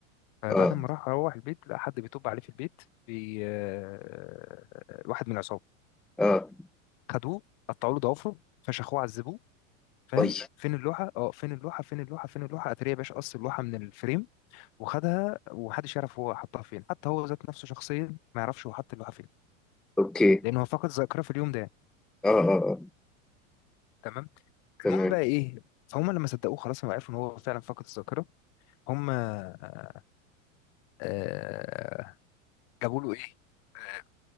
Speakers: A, on the left; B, in the centre.
A: فبعد
B: اه
A: ما راح روح البيت لقى حد بيطب عليه في البيت بي... آه، واحد من العصابه
B: اه
A: خدوه قطعوا له ضوافره فشخوه عذبوه فاهم
B: اي
A: فين اللوحه اه فين اللوحه فين اللوحه فين اللوحه اتاري يا باشا قص اللوحه من الفريم وخدها ومحدش يعرف هو حطها فين حتى هو ذات نفسه شخصيا ما يعرفش هو حط اللوحه فين
B: اوكي
A: لان هو فقد الذاكره في اليوم ده
B: اه اه اه
A: تمام
B: تمام
A: المهم بقى ايه فهم لما صدقوه خلاص هم عرفوا ان هو فعلا فقد الذاكره هم آه، آه، جابوا له ايه آه،